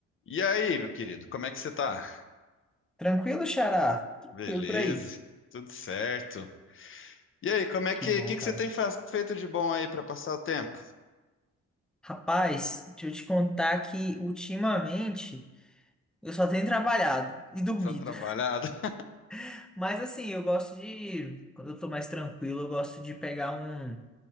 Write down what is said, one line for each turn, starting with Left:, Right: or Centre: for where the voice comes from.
Left: E aí, meu querido, como é que você tá?
Centre: Tranquilo, Xará? Tranquilo
Left: Beleza,
Centre: por aí.
Left: tudo certo. E aí, como é
Centre: Que
Left: que,
Centre: bom,
Left: que, que
Centre: cara.
Left: você tem faz- feito de bom aí pra passar o tempo?
Centre: Rapaz, deixa eu te contar que ultimamente eu só tenho trabalhado e dormido.
Left: Só trabalhado? <laughs>
Centre: <laughs> Mas assim, eu gosto de. Quando eu tô mais tranquilo, eu gosto de pegar um,